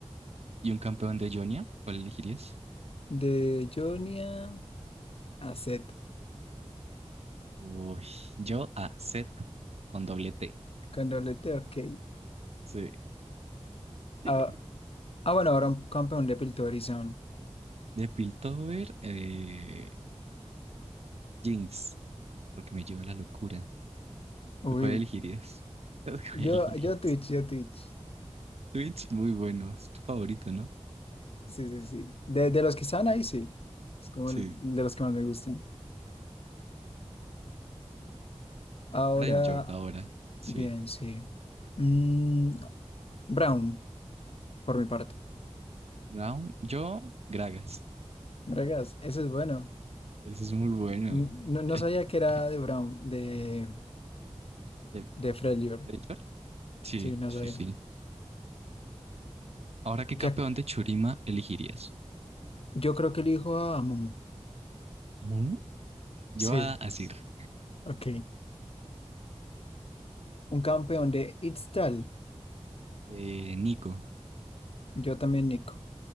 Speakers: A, on the right; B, on the left.
A: ¿Y un campeón de Jonia? ¿Cuál elegirías?
B: De Jonia a Zed.
A: Uy, yo a Seth con doble T.
B: Con doblete, ok.
A: Sí. <laughs>
B: Ah, ah, bueno, ahora un campeón de Piltorizon.
A: De Piltover, eh, Jinx, porque me lleva la locura.
B: Uy.
A: ¿Tú cuál elegirías? <laughs> ¿Tú cuál
B: Yo,
A: elegirías?
B: yo Twitch, yo Twitch.
A: Twitch, muy bueno, es tu favorito, ¿no?
B: Sí, sí, sí. De, de los que están ahí, sí. Es como
A: Sí.
B: el- de los que más me gustan. Ahora.
A: Para el Jord ahora, sí.
B: Bien, sí. Mm, Brown, por mi parte.
A: Brown, yo, Gragas.
B: Vergas, eso es bueno.
A: Eso es muy bueno.
B: Mm, No, no
A: <laughs>
B: sabía que era de Brown, de,
A: ¿De,
B: de Freljord.
A: de Jord? Sí,
B: Sí, no
A: sí,
B: sabía.
A: sí. Ahora, ¿qué
B: Ya,
A: campeón de Churima elegirías?
B: yo creo que elijo a Momo.
A: ¿Mm? Yo
B: Sí,
A: a Azir.
B: ok. Un campeón de Itztal.
A: Eh, Nico.
B: Yo también, Nico.